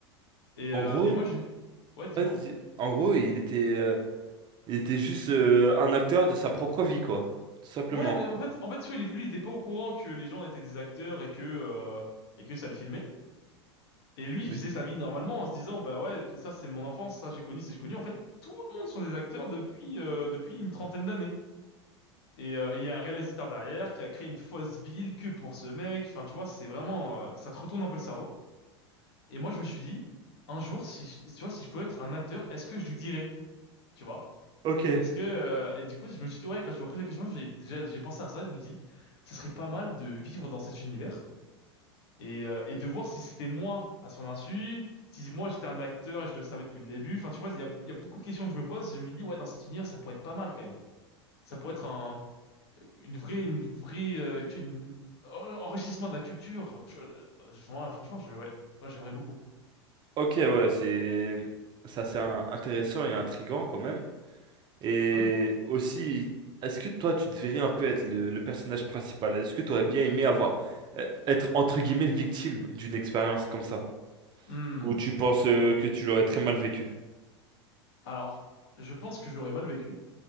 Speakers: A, on the left (about 60°); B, on the right (about 30°).
A: Et,
B: En
A: euh,
B: gros,
A: et moi, je, ouais, dis-moi.
B: vas-y. en gros, il était, euh, il était juste euh, un acteur de sa propre vie, quoi. Tout simplement.
A: Ouais, mais en fait, en fait, tu vois, il est- lui, il était pas au courant que les gens étaient des acteurs et que, euh, et que ça le filmait. Et lui, il
B: Oui.
A: faisait sa vie normalement en se disant, bah ouais, tout ça c'est mon enfance, ça j'ai connu, ça j'ai connu. En fait, tout le monde sont des acteurs depuis euh, depuis une trentaine d'années. Et euh, et il y a un réalisateur derrière qui a créé une fausse ville que pour ce mec. Enfin, tu vois, c'est vraiment, euh, ça te retourne un peu le cerveau. Et moi, je me suis dit, un jour, si je- tu vois, si je pouvais être un acteur, est-ce que je lui dirais, tu vois?
B: Ok.
A: Est-ce que euh, et du coup, je me suis dit, ouais, quand tu m'as posé la question, j'ai déjà j'ai pensé à ça. Je me dis, ce serait pas mal de vivre dans cet univers Et, euh, et de voir si c'était moi à son insu, si moi j'étais un acteur et je le savais depuis le début. Enfin, tu vois, il y a, il y a beaucoup de questions que je me pose. Je me dis, ouais, dans cet univers, ça pourrait être pas mal quand même. Ça pourrait être un, une vraie, une vraie, euh, tu vois, une- un enrichissement de la culture. Tu vois, euh, je- moi, franchement, je, ouais, moi j'aimerais beaucoup.
B: Ok, ouais, c'est... Ça, c'est un- intéressant et intriguant, quand même. Et
A: Ah oui.
B: aussi, est-ce que toi, tu devrais un peu être le, le personnage principal? Est-ce que tu aurais bien aimé avoir, euh, être entre guillemets victime d'une expérience comme ça?
A: Hmm.
B: Ou tu penses euh, que tu l'aurais très mal vécu?
A: Alors, je pense que je l'aurais mal vécu.